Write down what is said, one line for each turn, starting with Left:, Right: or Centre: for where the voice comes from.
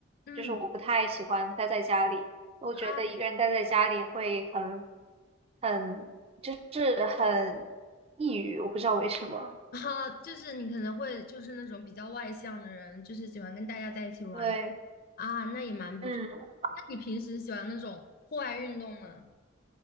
Left: 嗯
Right: 就是我不太喜欢待在家里，我觉得一个人待在家里会很
Left: 啊
Right: 很就是很抑郁，我不知道为什么，
Left: 啊，就是你可能会就是那种比较外向的人，就是喜欢跟大家在一起玩
Right: 对，
Left: 啊，那也蛮不错。
Right: 嗯
Left: 那你平时喜欢那种户外运动吗？